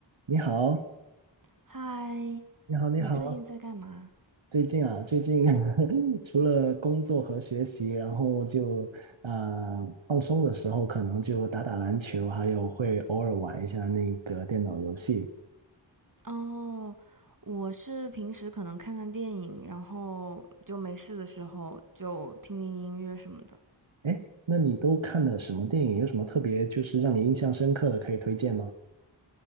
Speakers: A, on the right (about 80°); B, on the right (about 45°).
A: 你好，
B: 嗨，
A: 你好，你好。
B: 你最近在干嘛？
A: 最近啊，最近 <laughs> 除了工作和学习，然后就啊、呃放松的时候，可能就打打篮球，还有会偶尔玩一下那个电脑游戏。
B: 哦，我是平时可能看看电影，然后就没事的时候就听听音乐什么的。
A: 哎，那你都看了什么电影？有什么特别就是让你印象深刻的可以推荐吗？